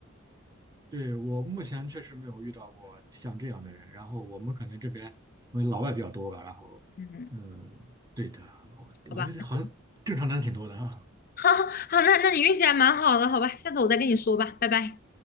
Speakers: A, on the right; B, on the left.
A: 对，我目前确实没有遇到过像这样的人。然后我们可能这边因为老外比较多吧，然后，
B: 嗯，
A: 嗯，对的，我我觉得好像正常人挺多的啊。
B: 好吧，<laughs> 好，好，那那你运气还蛮好的，好吧，下次我再跟你说吧，拜拜。